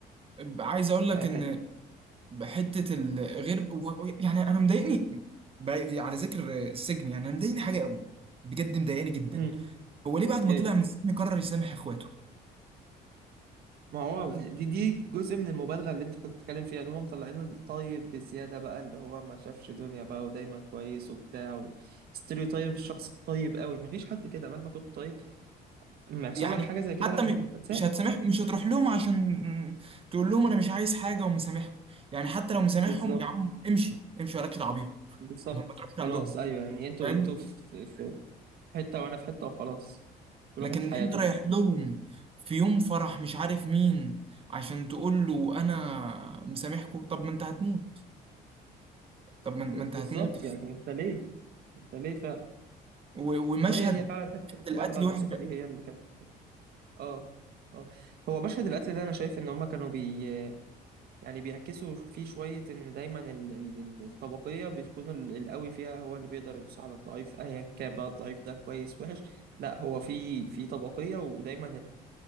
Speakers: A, on the right; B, on the right.
A: عايز اقول لك
B: فكانت
A: ان بحتة الغير و- و- يعني انا مضايقني ب- على ذكر السجن يعني انا مضايقني حاجة قوي بجد مضايقني جدا
B: <laughs> مم.
A: هو ليه بعد ما
B: إيه.
A: طلع من السجن قرر يسامح اخواته
B: ما هو دي دي جزء من المبالغة اللي أنت كنت بتتكلم فيها إن هما مطلعينه الطيب بزيادة بقى اللي هو ما شافش دنيا بقى ودايما كويس وبتاع و... ستيريوتايب الشخص الطيب قوي مفيش حد كده مهما كنت طيب ما يحصل
A: يعني
B: لك حاجه زي كده
A: حتى
B: لا
A: م-
B: انت مش هتسامح
A: مش هتسامح مش هتروح لهم عشان تقول لهم انا مش عايز حاجة ومسامحكم يعني حتى لو مسامحهم
B: بالظبط
A: يا عم امشي امشي ولا دعوة بيهم.
B: بالظبط
A: ما بتروحش عندهم
B: خلاص ايوه يعني انتوا
A: فاهم
B: انتوا في في في حته وانا في حته وخلاص كل
A: لكن
B: واحد في حياته
A: انت رايح
B: بقى
A: لهم في يوم فرح مش عارف مين عشان تقول له انا مسامحكم طب ما انت هتموت طب
B: ب-
A: ما ما انت
B: بالظبط
A: هتموت
B: يعني انت ليه انت ليه فعلا
A: و- ومشهد
B: ما هي هي فعلا حته المبالغه
A: القتل
B: البسيطه
A: وحش قوي
B: دي هي اللي كانت اه اه هو مشهد القتل ده انا شايف ان هما كانوا بي يعني بيعكسوا فيه شويه ان دايما ال... ال... ال- الطبقيه بيكون ال- القوي فيها هو اللي بيقدر يدوس على الضعيف ايا كان بقى الضعيف ده كويس وحش لا هو في في طبقيه ودايما